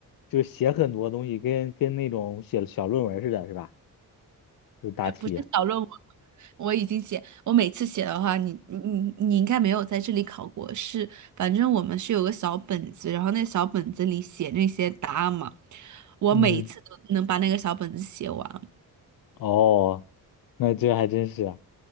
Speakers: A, on the left; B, on the right.
A: 就写很多东西，跟跟那种写小论文似的，是吧？就是答题。
B: 哎，不是小论文，我已经写，我每次写的话，你你你你应该没有在这里考过，是，反正我们是有个小本子，然后那小本子里写那些答案嘛，我每次都能把那个小本子写完，
A: 嗯，哦，那这还真是